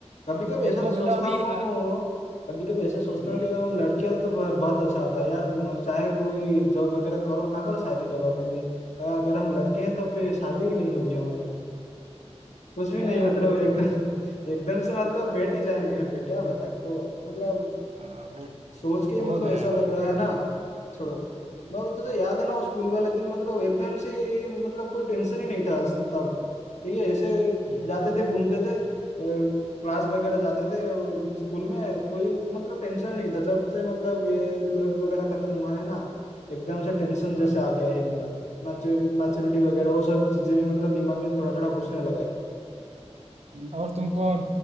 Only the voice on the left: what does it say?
कभी कभी
ऐसा तो सोचता
हूँ
कभी कभी ऐसा सोचता
हूँ कि अगर मैं लड़की होती तो ब- बहुत अच्छा होता यार म, चाहे कोई जॉब वगैरह करो ना करो शादी करवा देंगे अ, अगर हम लड़के हैं तो फिर शादी भी नहीं होगी हमारी कुछ भी
नहीं मतलब
एकदम
<laughs> एकदम से मतलब बैठ ही जाएंगे घर पे क्या बता को मतलब
सोच के
मतलब
ऐसा
लग रहा है ना छोड़ो मतलब तुझे याद है ना वो स्कूल वाले दिन मतलब एकदम से ये मतलब कोई टेंशन ही नहीं था अस- तब ठीक है ऐसे
जाते थे घूमते थे क्लास वगैरह जाते थे अ, स्कूल में कोई मतलब टेंशन नहीं था जब से मतलब ये ट्वेल्थ वगैरह खत्म हुआ है ना एकदम से टेंशन जैसे
आ गया है दिमाग में मैच्योरिटी वगैरह वो सब चीजें भी मतलब दिमाग में थोड़ा थोड़ा घुसने लगा
है